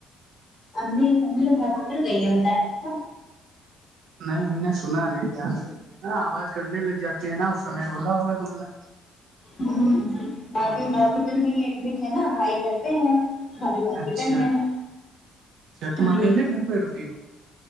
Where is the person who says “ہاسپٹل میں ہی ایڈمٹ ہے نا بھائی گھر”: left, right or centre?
Left